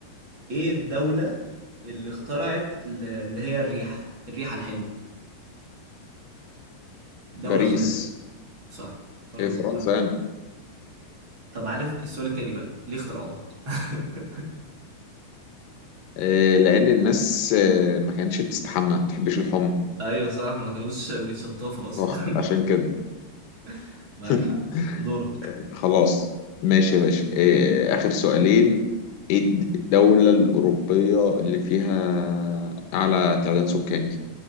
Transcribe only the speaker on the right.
ايه الدوله اللي اخترعت ال- اللي هي الريحه الريحه الحلوه دوله
سهله صح فرنسا
صح
طب عارف السؤال التاني بقى ليه اخترعوها <laughs>
ايوه صح ما كانوش بيتشطفوا اصلا
<laughs> معاك
حق دورك